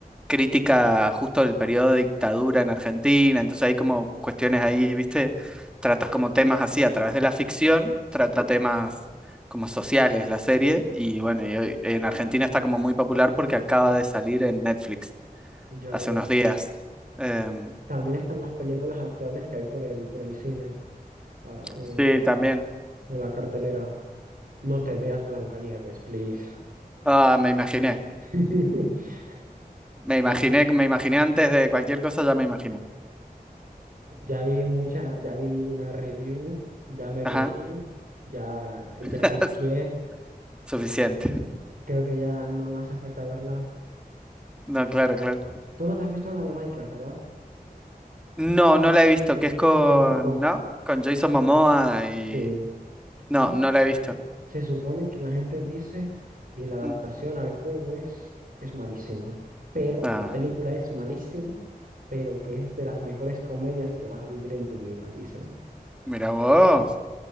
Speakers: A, in the centre; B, on the right.
A: crítica justo del periodo de dictadura en Argentina, entonces hay como cuestiones ahí, ¿viste? Trata como temas así, a través de la ficción, trata temas como sociales la serie, y bueno, y hoy- en Argentina está como muy popular porque acaba de salir en Netflix
B: Ya
A: hace
B: veo.
A: unos días. Em,
B: También están las películas actuales que hay por el, por el cine, ah, eh,
A: sí,
B: en este
A: también.
B: momento, en la cartelera. No te veas Blancanieves, please.
A: Ah, me imaginé.
B: <laughs>
A: Me imaginé, me imaginé antes de cualquier cosa, ya me imaginé.
B: Ya vi mucha, ya vi una review, ya me reí,
A: Ajá,
B: ya,
A: <laughs>
B: ya me asqué.
A: suficiente.
B: Creo que ya no no hace falta verla.
A: No, claro, claro.
B: Tú no te has visto la de Minecraft, ¿verdad?
A: No, no la he visto, que es con,
B: Yo tampoco.
A: ¿no? Con Jason Momoa y...
B: Sí.
A: No,
B: Tú-
A: no la he visto.
B: se supone que la gente dice que la adaptación
A: Mm.
B: al juego es, es malísima, pero
A: Ah,
B: la película es malísima, pero que es de las mejores comedias que vas a vivir en tu vida, dicen.
A: mira vos,